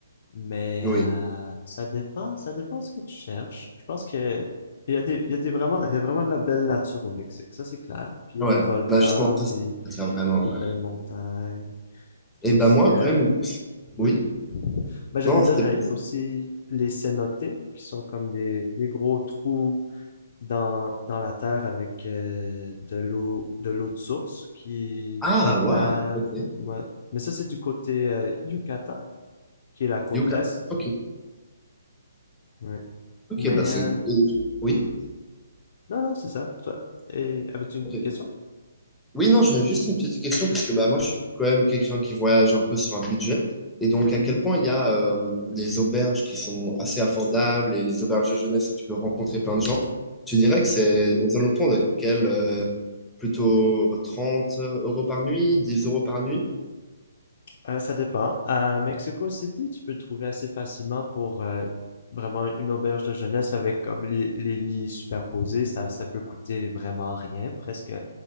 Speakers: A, on the left; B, in the centre.
A: Mais
B: oui,
A: euh, ça dépend, ça dépend ce que tu cherches. Je pense que il y a des, il y a des vraiment, il y a vraiment de la belle nature au Mexique, ça c'est clair. Puis il
B: ouais,
A: y a des volcans,
B: bah justement ça
A: puis
B: ça m'attire vraiment,
A: des
B: ouais.
A: belles montagnes, puis
B: Et
A: aussi,
B: bah moi
A: euh,
B: quand même,
A: oui.
B: oui,
A: Ben j'allais
B: non
A: dire,
B: c'était
A: euh,
B: plus
A: il y a aussi les cénotes qui sont comme des, des gros trous dans, dans la terre avec euh, de l'eau, de l'eau de source qui
B: ah
A: est très claire.
B: waouh, ok,
A: Ouais. Mais ça c'est du côté euh, Yucatan, qui est la côte
B: Yucatan,
A: est.
B: ok,
A: Ouais.
B: ok
A: Mais
B: bah c'est
A: euh,
B: oui,
A: Non, non, c'est ça, toi. Et avais-tu une
B: ok.
A: question?
B: Oui, non, j'avais juste une petite question parce que bah, moi, je suis quand même quelqu'un qui voyage un peu sur un budget. Et donc,
A: Mhm.
B: à quel point il y a euh, des auberges qui sont assez affordables et les auberges de jeunesse où tu peux rencontrer plein de gens, tu dirais que c'est aux alentours de quel euh, plutôt 30 euros par nuit, 10 euros par nuit?
A: Euh, ça dépend. À Mexico City, tu peux trouver assez facilement pour euh, vraiment une auberge de jeunesse avec comme les, les lits superposés. Ça, ça peut coûter vraiment rien, presque